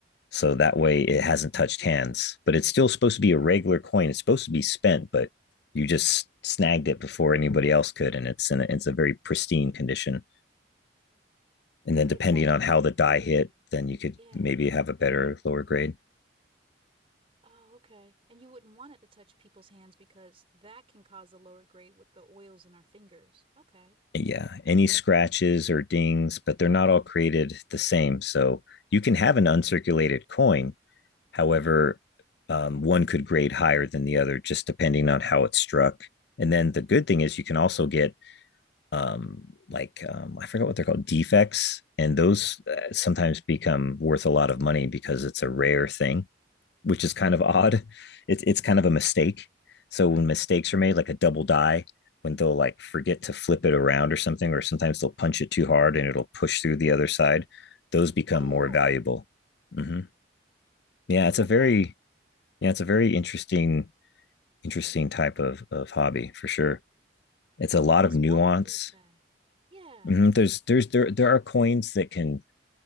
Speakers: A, on the left; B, on the right.
A: so that way it hasn't touched hands but it's still supposed to be a regular coin it's supposed to be spent but you just snagged it before anybody else could and it's in a, it's a very pristine condition and
B: And
A: then
B: you
A: depending
B: wouldn't want it
A: on
B: to
A: how the die hit then you could
B: Yeah.
A: maybe have a better lower grade
B: Oh, okay. And you wouldn't want it to touch people's hands because that can cause a lower grade with the oils in our fingers. Okay.
A: yeah, any scratches or dings, but they're not all created the same. So you can have an uncirculated coin. However, um, one could grade higher than the other just depending on how it struck. And then the good thing is you can also get um, like um, I forget what they're called defects, and those uh, sometimes become worth a lot of money because it's a rare thing which is kind of odd. It's it's kind of a mistake. So when mistakes are made, like a double die, when they'll like forget to flip it around or something, or sometimes they'll punch it too hard and it'll push through the other side, those become
B: Oh,
A: more valuable. Mm-hmm. Yeah,
B: oh,
A: it's a
B: okay.
A: very yeah, it's a very interesting interesting type of of hobby for sure. It's a lot
B: There was
A: of nuance.
B: one defect. Yeah.
A: Mm-hmm. There's there's there there are coins that can